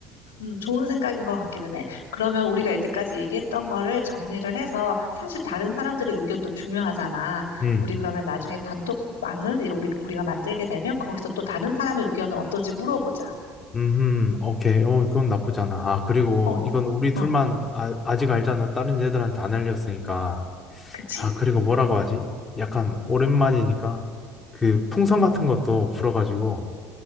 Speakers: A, on the left; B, on the left.
A: 음, 좋은 생각인 것 같기는 해. 그러면 우리가 이때까지 얘기했던 거를 정리를 해서 사실 다른 사람들의 의견도 중요하잖아.
B: 음,
A: 우리 그러면 나중에 단톡방을 이렇게 우리, 우리가 만들게 되면 거기서 또 다른 사람의 의견은 어떤지 물어보자.
B: 음, 오케이. 어, 그건 나쁘지 않아. 아, 그리고
A: 어,
B: 이건 우리 둘만
A: 어,
B: 아, 아직 알잖아. 다른 애들한테 안 알렸으니까.
A: 그치.
B: 아, 그리고 뭐라고 하지? 약간 오랜만이니까 그 풍선 같은 것도 불어가지고